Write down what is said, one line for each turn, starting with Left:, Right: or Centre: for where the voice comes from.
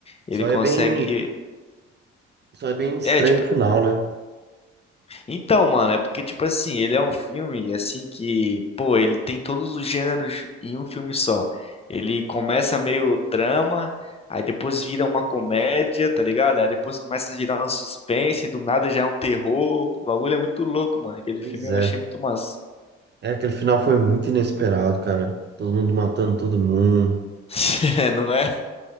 Left: ele
Right: Só
Left: consegue
Right: é bem, só é bem estranho
Left: é tipo
Right: o final, né?
Left: Então, mano, é porque, tipo assim, ele é um filme, assim, que, pô, ele tem todos os gêneros em um filme só. Ele começa meio drama, aí depois vira uma comédia, tá ligado? Aí depois começa a virar um suspense, do nada já é um terror. O bagulho é muito louco, mano. Aquele
Right: Pois
Left: filme eu
Right: é.
Left: achei muito massa.
Right: É, aquele final foi muito inesperado, cara. Todo mundo matando todo mundo.
Left: <laughs> É, Não é?